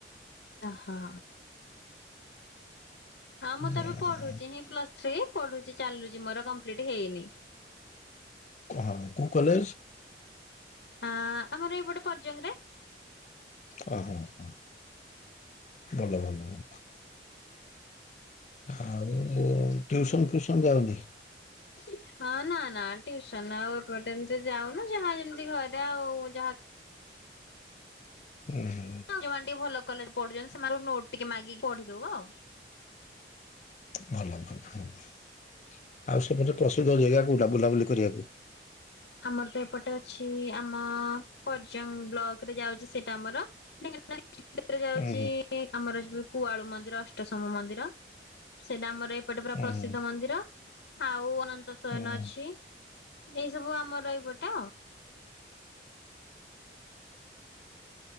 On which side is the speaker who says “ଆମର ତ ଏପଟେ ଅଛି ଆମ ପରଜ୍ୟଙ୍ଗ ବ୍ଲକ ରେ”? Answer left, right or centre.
Left